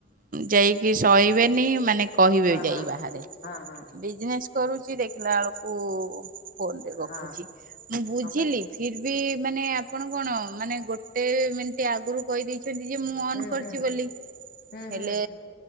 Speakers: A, on the right (about 45°); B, on the left (about 50°).
A: ଯାଇକି ସଇବେନି ମାନେ କହିବେ ଯାଇ
B: ହଁ
A: ବାହାରେ
B: ହଁ ହଁ ହଁ
A: ବିଜନେସ୍ କରୁଛି ଦେଖିଲା ବେଳକୁ ଫୋନ ରେ ଗପୁଛି
B: ହଁ
A: ମୁଁ ବୁଝିଲି।
B: ହଁ ପା
A: ଫିର୍ ବି ମାନେ ଆପଣ କଣ ମାନେ ଗୋଟେ ମି ଟେ ଆଗରୁ କହିଦେଇଚନ୍ତି ଯେ ମୁଁ ଅନ୍
B: ହୁଁ
A: କରିଛି
B: ହୁଁ
A: ବୋଲି
B: ହୁଁ
A: ହେଲେ
B: ହୁଁ